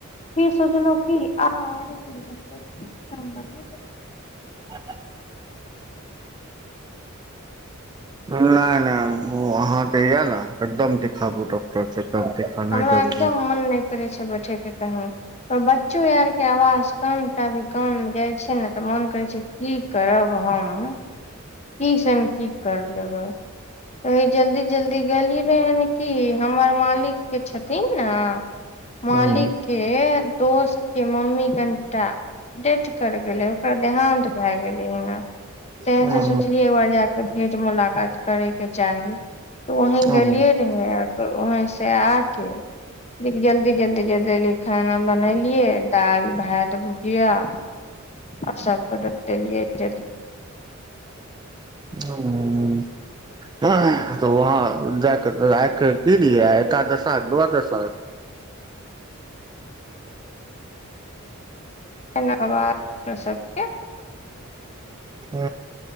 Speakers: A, on the left; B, on the right.
A: फिर सोचलो की ह आ ह
B: ह <unintelligible> नहि नहि ओ अहाँके य ने एकदम देखाबू डॉक्टर से एकदम देखाना
A: हमरा
B: जरूरी
A: एकदम मन नइ करै छै बैठे के कहीं पर बच्चो आर के आवाज कामटाभी कान मे जाइ छै ने तऽ मन करै छै की करब हम कीसन की कर लेबै वहि जल्दी जल्दी गेली रहे ह कि हमर मालिक के थिन ने मालिक
B: हँ
A: के दोस्त के मम्मी कनि टा डेथ करि गेलै ओकरा देहान्त भए गेलै हना ते
B: हँ
A: से सोचलियै एक बार जाकऽ भेंट मुलाकात करेके चाही तऽ वहीं
B: हँ।
A: गेलियै वहीं से आके देख जल्दी जल्दी जल्दी अलिय खाना बनेलियै दालि भात भुजिया अ सब क देलियएिय
B: ह्म्म तऽ वहाँ जाके रखिक की दियै एक दशा दूादशा
A: तना बाद सबके
B: ह